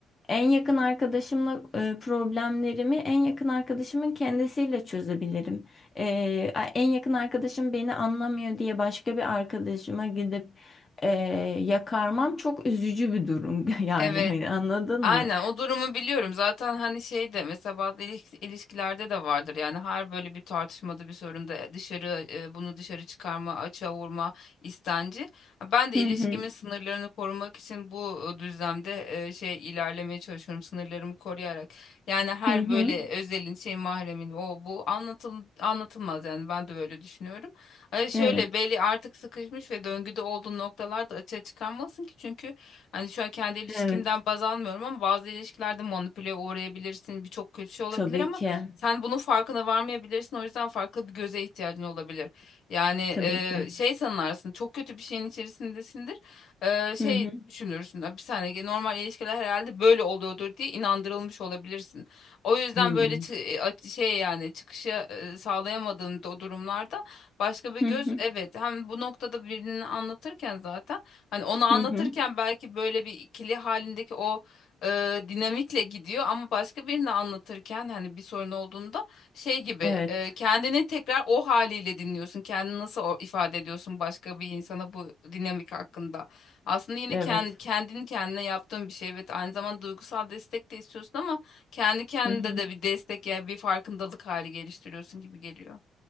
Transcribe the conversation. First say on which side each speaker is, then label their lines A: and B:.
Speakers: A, on the left; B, on the left.
A: en yakın arkadaşımla e, problemlerimi en yakın arkadaşımın kendisiyle çözebilirim. E, a- en yakın arkadaşım beni anlamıyor diye başka bir arkadaşıma gidip e, yakarmam çok üzücü bir durum. <laughs> Yani
B: Evet.
A: hani anladın
B: Aynen
A: mı?
B: o durumu biliyorum. Zaten hani şey de mesela bazı ilis- ilişkilerde de vardır. Yani her böyle bir tartışmada bir sorunda dışarı e, bunu dışarı çıkarma, açığa vurma istenci. Ben de
A: Hı
B: ilişkimin
A: hı.
B: sınırlarını korumak için bu e, düzlemde e, şey ilerlemeye çalışıyorum sınırlarımı koruyarak. Yani her
A: Hı hı.
B: böyle özelin şey mahremin o bu anlatıl anlatılmaz yani ben de böyle düşünüyorum. Hani şöyle
A: Evet.
B: belli artık sıkışmış ve döngüde olduğu noktalarda açığa çıkarmasın ki çünkü Hani şu an kendi ilişkimden
A: Evet.
B: baz almıyorum ama bazı ilişkilerde manipüle uğrayabilirsin. Birçok kötü şey olabilir
A: Tabii
B: ama
A: ki.
B: sen bunun farkına varmayabilirsin. O yüzden farklı bir göze ihtiyacın olabilir. Yani
A: Tabii
B: e,
A: ki.
B: şey sanırsın çok kötü bir şeyin içerisindesindir. E, şey
A: Hı hı.
B: düşünürsün. "Ya Bir saniye normal ilişkiler herhalde böyle oluyordur diye inandırılmış olabilirsin. O yüzden
A: Hmm.
B: böyle çı- e, aç- şey yani çıkışı e, sağlayamadığın do- durumlarda başka bir
A: Hı
B: göz
A: hı.
B: evet hem bu noktada birini anlatırken zaten Hani onu anlatırken
A: Hı hı. hı.
B: belki böyle bir ikili halindeki o e, dinamikle gidiyor ama başka birini anlatırken hani bir sorun olduğunda şey gibi
A: Evet.
B: e, kendini tekrar o haliyle dinliyorsun. Kendini nasıl o- ifade ediyorsun başka bir insana bu dinamik hakkında. Aslında yine
A: Evet.
B: kend, kendini kendine yaptığın bir şey. Evet aynı zamanda duygusal destek de istiyorsun ama kendi kendine
A: Hı hı.
B: de bir destek yani bir farkındalık hali geliştiriyorsun gibi geliyor.